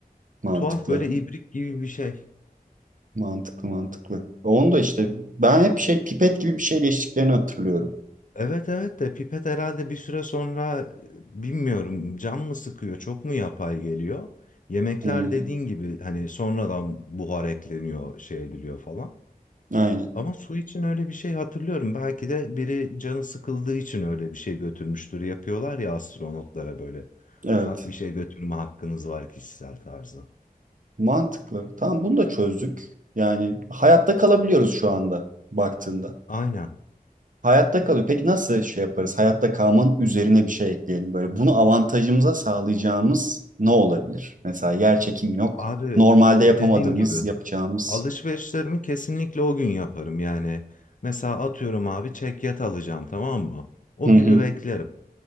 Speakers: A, on the right; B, on the left.
A: mantıklı.
B: Tuhaf böyle ibrik gibi bir şey.
A: Mantıklı mantıklı. Onu da işte ben hep şey pipet gibi bir şeyle içtiklerini hatırlıyorum.
B: Evet evet de pipet herhalde bir süre sonra e, bilmiyorum cam mı sıkıyor, çok mu yapay geliyor? Yemekler
A: Hmm,
B: dediğin gibi hani sonradan buhar ekleniyor, şey ediliyor falan.
A: aynen.
B: Ama su için öyle bir şey hatırlıyorum. Belki de biri canı sıkıldığı için öyle bir şey götürmüştür. Yapıyorlar ya astronotlara böyle.
A: Evet.
B: Ufak bir şey götürme hakkınız var kişisel tarzı.
A: Mantıklı. Tamam bunu da çözdük. Yani hayatta kalabiliyoruz şu anda baktığında.
B: Aynen.
A: Hayatta kalıyor. Peki nasıl şey yaparız? Hayatta kalmanın üzerine bir şey ekleyelim. Böyle bunu avantajımıza sağlayacağımız ne olabilir? Mesela yer çekim yok.
B: Abi
A: Normalde yapamadığımız,
B: dediğim gibi
A: yapacağımız.
B: alışverişlerimi kesinlikle o gün yaparım. Yani mesela atıyorum abi çekyat alacağım tamam mı? O
A: Hı
B: günü
A: hı.
B: beklerim.